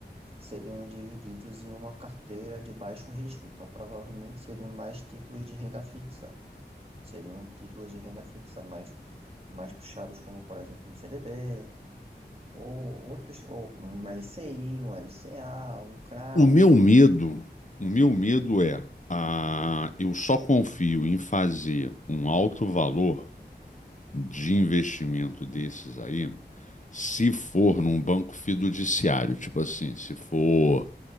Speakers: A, on the right; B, on the left.
A: seriam divididos em uma carteira de baixo risco, então provavelmente seriam mais títulos de renda fixa, seriam títulos de renda fixa mais, mais puxados, como por exemplo um CDB, ou outros, ou um LCI, um LCA, um CRA,
B: O
A: um
B: meu
A: CRI.
B: medo, o meu medo
A: Hum,
B: é, ah, eu só confio em fazer um alto valor de investimento desses aí, se for num banco fiduciário, tipo assim, se for